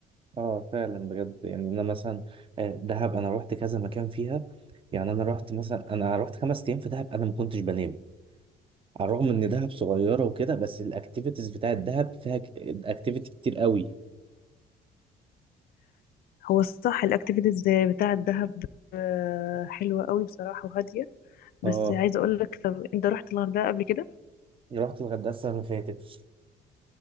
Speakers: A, on the right; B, on the left.
A: اه فعلا بجد يعني انا مثلا آه، دهب انا رحت كذا مكان فيها يعني انا رحت مثلا انا رحت خمس ايام في دهب انا ما كنتش بنام على الرغم ان دهب صغيره وكده بس الاكتيفيتيز بتاعت دهب فيها اكتيفيتي كتير قوي
B: هو الصح الاكتيفيتيز بتاع الدهب آه، حلوه قوي بصراحه وهاديه بس
A: اه
B: عايزه اقول لك طب انت رحت الغردقه قبل كده
A: رحت الغردقه السنه اللي فاتت